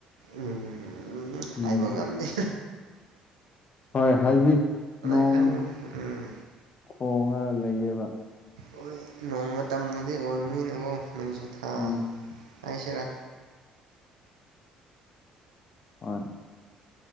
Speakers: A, on the right; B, on the left.
A: ꯎꯝ ꯍꯥꯏꯥꯏꯕ
B: ꯎꯝ
A: ꯉꯝꯗ‌ꯦ
B: ꯍꯣꯏ ꯍꯥꯏꯗꯤ ꯅꯣꯡ
A: ꯈꯪꯕꯅꯣ ꯎꯝ
B: ꯈꯣꯡꯉꯒ ꯂꯩꯌꯦꯕ
A: ꯍꯣꯏ ꯅꯣꯡꯃ ꯇꯕꯨꯗꯤ ꯑꯣꯏꯕꯅꯤꯅꯦꯕꯣ ꯅꯣꯡꯖꯨ ꯊꯥ
B: ꯎꯝ
A: ꯍꯥꯏꯁꯤꯔꯥ
B: ꯍꯣꯏ